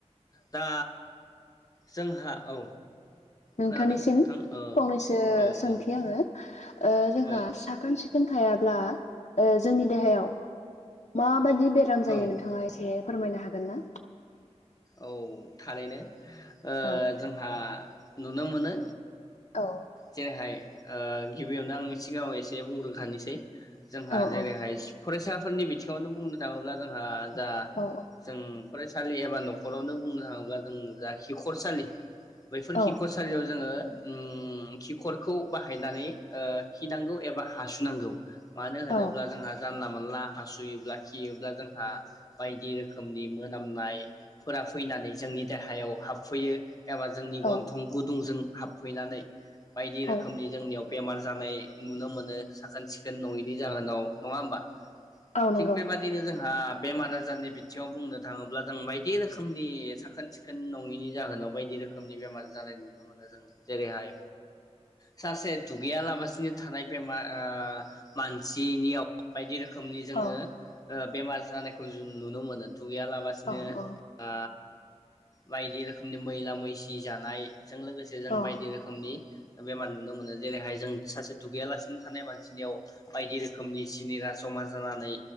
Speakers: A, on the left (about 30°); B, on the left (about 70°).
A: दा। जोंहा औ
B: नोंथांनिसिम
A: खोनादों नोंथां ओ
B: फंनैसो
A: औ
B: सोंथि
A: औ
B: आंङो जोंहा
A: औ
B: साखोन सिखोन था ब्ला जोंनि देहायाव मा माबादि बेराम जायो
A: औ औ
B: नोंथाङा एसे फोरमायनो हागोन ना
A: औ थारैनो ओ
B: औ
A: जोंहा नुनो मोनो
B: औ
A: जेरैहाय गिबियावनो आं सिगाङाव एसे बुंग्रोखानोसै जोंहा
B: औ
A: जेरैहाय
B: औ
A: फरायसाफोरनि बिथिङावनो बुंनो थांङोब्ला जोंहा दा
B: औ
A: जों फरायसालि एबा नखर नखरावनो बुंनो थांङोब्ला जों जा खिखरसालि बैफोर
B: औ
A: खिखर सारियाव जोंङो ओ खिखरखौ बाहायनानै खिनांगौ एबा हासुनांगौ मानो होनोब्ला
B: औ
A: जोंहा जानला मोनला हासुयोब्ला खियोब्ला जोंहा बायदि रोखोमनि मोनामनाय फोर फैनानै जोंनि देहायाव हाब फैयो एबा जोंनि गन्थं
B: औ
A: गुदुंजों हाब फैनानै बायदि रोखोमनि
B: औ
A: जोंनियाव बेमार जानाय नुनो मोनो साखोन सिखोन नङयिनि जाहोनाव नङा होमबा
B: औ
A: थिग
B: नंगौ
A: बेबादिनो जोंहा बेमारा बारनि बिथिङाव बुंनो थांङोब्ला जों बाय बायदि रोखोमनि साखोन सिखोन नंङिनि जाहोनाव बायदि रोखोमनि बेमार जानाय नुनो मोनो जों जेरैहाय सासे दुगैया लासिनो थानाय बेमार मानसिनियाव बायदि रोखोम रोखोमनि जोंङो
B: औ
A: ओ बेमार जानायखौ जों नुनो मोनो दुगैयालाबासिनो
B: औ औ
A: ओ बायदि रोखोमनि मैला मैसि जानाय बेजों लोगोसे जों
B: औ
A: बायदि रोखोमनि बेमार नुनो मोनो जेरैहाय जों सासे दुगैयालासिनो थानाय मानसिनियाव बायदि रोखोमनि जिनिरा जमा जानानै